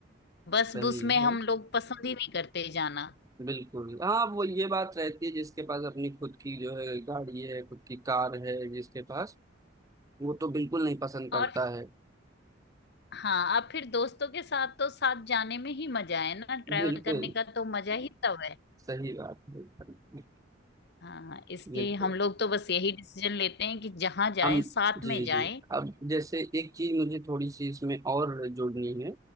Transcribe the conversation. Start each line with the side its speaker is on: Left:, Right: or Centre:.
Left: बस
Right: सही
Left: बस में हम
Right: है
Left: लोग पसंद ही नहीं करते जाना
Right: बिल्कुल हाँ वो ये बात रहती है जिसके पास अपनी खुद की जो है गाड़ी है खुद की कार है जिसके पास वो तो बिल्कुल नहीं पसंद करता
Left: और
Right: है
Left: हाँ अब फिर दोस्तों के साथ तो साथ जाने में ही मजा है ना ट्रैवल
Right: बिल्कुल
Left: करने का तो मजा ही तब है
Right: सही बात है
Left: हाँ इसलिए
Right: बिल्कुल
Left: हम लोग तो बस यही डिसीजन लेते हैं कि जहां जाएं
Right: हम
Left: साथ
Right: जी
Left: में जाएं
Right: जी अब जैसे एक चीज मुझे थोड़ी सी इसमें और जोड़नी है